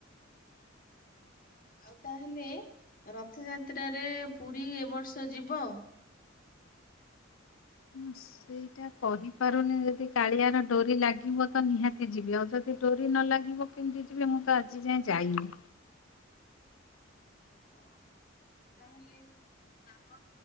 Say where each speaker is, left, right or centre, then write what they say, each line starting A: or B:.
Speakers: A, on the left (about 45°); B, on the left (about 80°).
A: ଆଉ ତାହେଲେ ରଥଯାତ୍ରାରେ ପୁରୀ ଏବ ବର୍ଷ ଯିବ।
B: ହସ୍। ସେଇଟା କହିପାରୁନି ଯଦି କାଳିଆର ଡୋରି ଲାଗିବ ତ ନିହାତି ଯିବି। ଆଉ ଯଦି ଡୋରି ନ ଲାଗିବ କିମତି ଯିବେ ମୁଁ ତ ଆଜି ଯାଏଁ ଯାଇନି।
A: ଓ ତାହେଲେ ଆମର